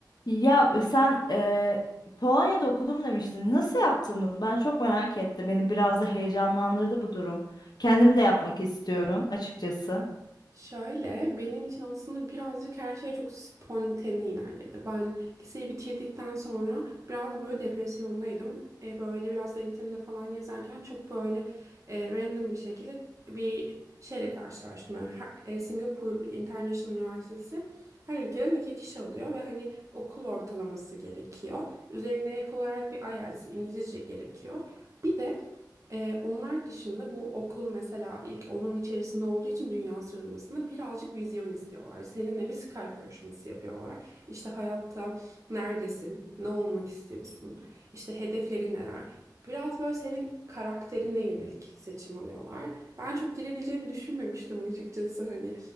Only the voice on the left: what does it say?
Ya e, sen eee, Polonya'da okudum demiştin. Nasıl yaptın bunu? Ben çok merak ettim. Beni biraz da heyecanlandırdı bu durum. Kendim
de yapmak istiyorum açıkçası.